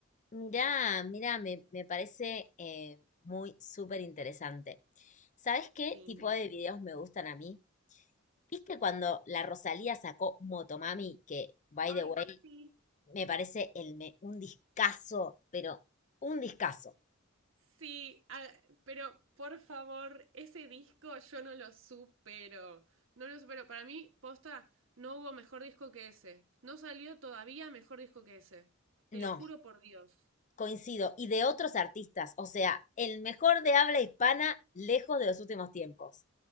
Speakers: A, on the left; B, on the right.
A: Mirá, mirá, me, me parece eh, muy súper interesante. ¿Sabes qué
B: Sí.
A: tipo de videos me gustan a mí? ¿Viste cuando la Rosalía sacó Motomami? Que, by
B: Ay,
A: the way,
B: sí.
A: me parece el me- un discazo, pero un discazo.
B: Sí, ah, pero por favor, ese disco yo no lo supero. No lo supero. Para mí, posta, no hubo mejor disco que ese. No salió todavía mejor disco que ese. Te
A: No,
B: lo juro por Dios.
A: coincido. Y de otros artistas, o sea, el mejor de habla hispana lejos de los últimos tiempos.